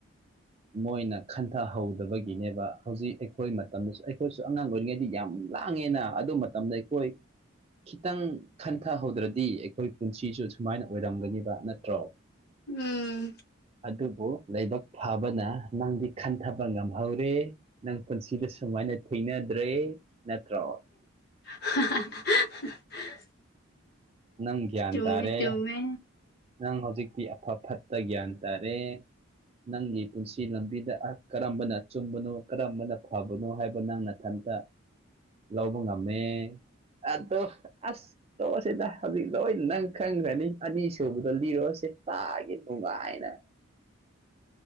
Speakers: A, on the right (about 30°); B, on the left (about 50°).
A: ꯃꯣꯏꯅ ꯈꯟꯊꯍꯧꯗꯕꯒꯤꯅꯦꯕ ꯍꯧꯖꯤꯛ ꯑꯩꯈꯣꯏ ꯃꯇꯝꯗꯁꯨ ꯑꯩꯈꯣꯏꯁꯨ ꯑꯉꯥꯡ ꯑꯣꯏꯔꯤꯉꯩꯗꯤ ꯌꯥꯝ ꯂꯥꯡꯉꯦꯅ ꯑꯗꯨ ꯃꯇꯝꯗ ꯑꯩꯈꯣꯏ ꯈꯤꯇꯪ ꯈꯟꯊꯍꯧꯗ꯭ꯔꯗꯤ ꯑꯩꯈꯣꯏ ꯄꯨꯟꯁꯤꯁꯨ ꯁꯨꯃꯥꯏꯅ ꯑꯣꯏꯔꯝꯒꯅꯤꯕ ꯅꯠꯇ꯭ꯔꯣ <inaudible>
B: ꯎꯝ
A: ꯑꯗꯨꯕꯨ ꯂꯥꯏꯕꯛ ꯐꯕꯅ ꯅꯪꯗꯤ ꯈꯟꯊꯕ ꯉꯝꯍꯧꯔꯦ ꯅꯪ ꯄꯨꯟꯁꯤꯗ ꯁꯨꯃꯥꯏꯅ ꯊꯦꯡꯅꯗ꯭ꯔꯦ ꯅꯠꯇ꯭ꯔꯣ
B: <unintelligible>
A: ꯅꯪ ꯒ꯭ꯌꯥꯟ
B: ꯆꯨꯝꯃꯦ
A: ꯇꯥꯔꯦ
B: ꯆꯨꯝꯃꯦ
A: ꯅꯪ ꯍꯧꯖꯤꯛꯇꯤ ꯑꯐ ꯐꯠꯇ ꯒ꯭ꯌꯥꯟ ꯇꯥꯔꯦ ꯅꯪꯒꯤ ꯄꯨꯟꯁꯤ ꯂꯝꯕꯤꯗ ꯀꯔꯝꯕꯅ ꯑꯆꯨꯝꯕꯅꯣ ꯀꯔꯝꯕꯅ ꯐꯕꯅꯣ ꯍꯥꯏꯕ ꯅꯪ ꯅꯊꯟꯇ ꯂꯧꯕ ꯉꯝꯃꯦ ꯑꯗꯣ ꯑꯁ ꯇꯣꯛꯑꯁꯤꯗ ꯍꯧꯖꯤꯛ ꯂꯣꯏ ꯅꯪ ꯈꯪꯈ꯭ꯔꯅꯤ ꯑꯅꯤꯁꯨꯕꯗꯣ ꯂꯤꯔꯣ ꯁꯦ ꯇꯥꯒꯦ ꯅꯨꯡꯉꯥꯏꯅ